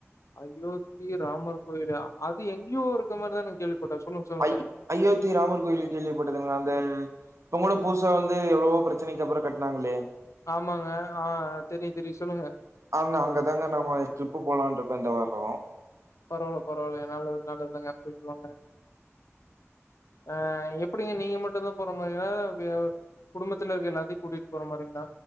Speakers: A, on the left (about 80°); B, on the right (about 80°).
A: அயோத்தி ராமர் கோயிலா அது எங்கேயோ இருக்கற் மாரிதான கேள்விப்பட்டே சொல்லுங்க சொல்லுங்க
B: ஐ அயோத்தி ராமர் கோயில் கேள்விப்பட்டதுங்களா அந்த இப்பங் கூட புதுசா வந்து எவ்வளவோ பிரச்சனைக்கு அப்பறோ கட்னாங்களே
A: ஆமாங்க ஆ தெரியு தெரியு சொல்லுங்க
B: ஆனா அங்கதாங்க நம்ம ட்ரிப்பு போலான்ருக்கோ இந்த வாரோம்
A: பரவால்ல பரவால்ல என் நல்லது நல்லதுதாங்க போய்ட்டு வாங்க ஆ எப்புடிங்க நீங்க மட்டுந்தா போற மாரியா <unintelligible> குடும்பத்துல இருக்க எல்லாத்தையு கூட்டிட்டு போற மாரிங்ளா